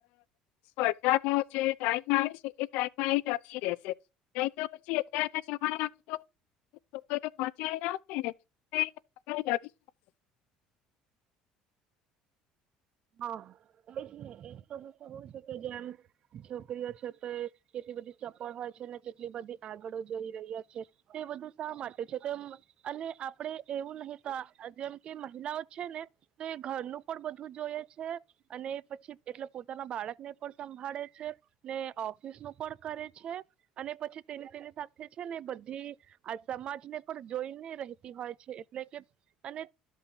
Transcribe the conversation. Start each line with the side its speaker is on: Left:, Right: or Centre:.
Left: સ્પર્ધાનો જે ટાઈમ આવે છે એ ટાઈમ નહી તો પછી અત્યારના જમાનામાં તો છોકરીઓ લોકો પહચલા હશે ને
Right: હા એજ ને એ તો હવું છે કે જેમ છોકરીઓ છે તો કેટલી બધી ચપળ હોય છે ને કેટલી બધી આગળ જઈ રહ્યા છે તે એ બધું શા માટે છે તેમ અને આપડે એવું નહિ તો જેમ કે મહિલાઓ છે ને તો એ ઘરનું પણ બધું જોઈએ છે અને પછી એટલે પોતાના બાળક ને પણ સંભાળે છે ને ઓફિસ નું પણ કરે છે અને પછી તેની તેની સાથે છે ને બધી આ સમાજ ને પણ જોઈને રહેતી હોય છે એટલે કે અને